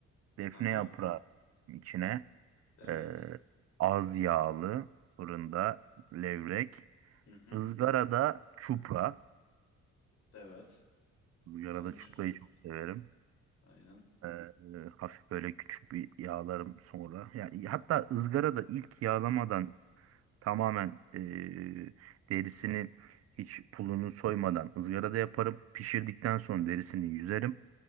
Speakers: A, on the right; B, on the left.
A: Defne
B: Aha,
A: yaprağı içine
B: evet.
A: e, az yağlı fırında levrek.
B: Hı hı,
A: Izgarada çupra.
B: evet.
A: Izgarada
B: Ben de
A: çuprayı
B: çok...
A: çok severim.
B: Aynen.
A: Ee, hafif böyle küçük bir yağlarım sonra. Yani hatta ızgara da ilk yağlamadan tamamen ee, derisini hiç pulunu soymadan ızgarada yaparım. Pişirdikten sonra derisini yüzerim.